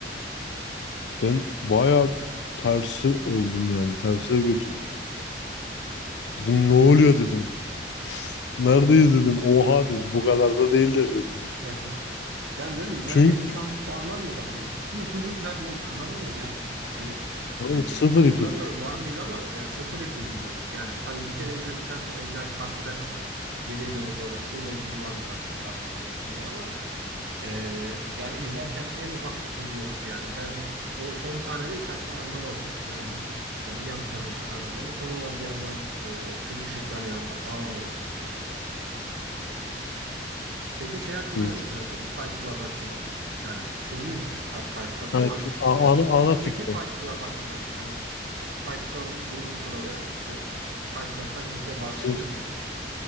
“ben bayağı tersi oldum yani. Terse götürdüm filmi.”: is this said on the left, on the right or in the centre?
Left